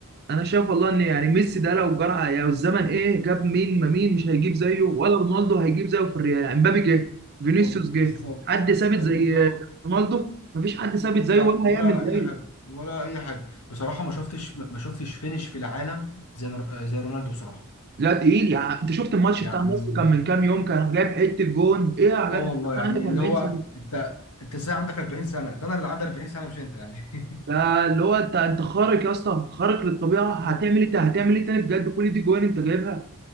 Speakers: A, on the right (about 45°); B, on the left (about 90°).
A: انا شايف والله ان يعني ميسي ده لو جرى يعني الزمن ايه جاب مين ما مين مش هيجيب زيه ولا رونالدو هيجيب زيه في الريال يعني مبابي جه فينيسيوس
B: بالظبط
A: جه
B: بالظبط
A: حد ثابت
B: بالظبط
A: زي رونالدو مفيش حد ثابت زيه
B: لا
A: ولا
B: ولا
A: هيعمل
B: اي
A: زيه
B: حاجه ولا اي حاجه بصراحه ما شفتش ما شفتش فينش في العالم زي نر- آه، زي رونالدو بصراحه
A: لا تقيل يعني انت شفت الماتش
B: يعني
A: بتاع النصر كان من كام يوم كان جايب حته جون ايه يا
B: اه
A: جدع
B: والله يعني
A: عندك 40
B: اللي هو
A: سنه
B: انت انت ازاي عندك 40 سنه ده انا اللي عندي 40 سنه مش انت يعني <laughs>
A: ده اللي هو انت انت خارق يا اسطى خارق للطبيعه
B: بالظبط
A: هتعمل ايه تا- هتعمل ايه تاني بجد كل دي جوان انت جايبها